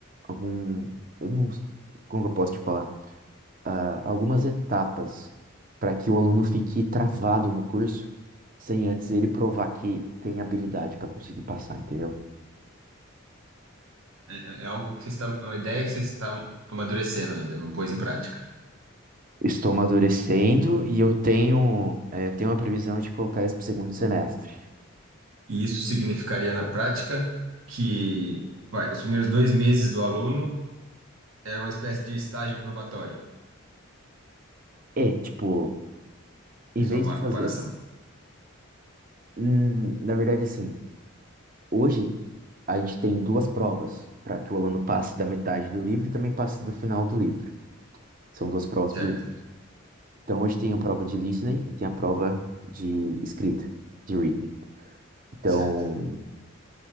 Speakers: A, on the right (about 40°); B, on the right (about 75°).
A: algum eu não, como que eu posso te falar? Ah, algumas etapas para que o aluno fique travado no curso sem antes ele provar que tem habilidade para conseguir passar, entendeu?
B: É é é algo que você está, é uma ideia que você está amadurecendo ainda, não pôs em prática.
A: Estou amadurecendo e eu tenho, é, eu tenho uma previsão de colocar isso pro segundo semestre.
B: E isso significaria na prática que, vai, os primeiros dois meses do aluno era uma espécie de estágio probatório.
A: É, tipo, em
B: Fiz
A: vez
B: uma má
A: de fazer.
B: comparação.
A: hum, na verdade, assim, hoje a gente tem duas provas para que o aluno passe da metade do livro e também passe do final do livro. São duas provas
B: Certo,
A: por livro. Então, hoje tem a prova de listening e tem a prova de escrita, de written. Então,
B: certo.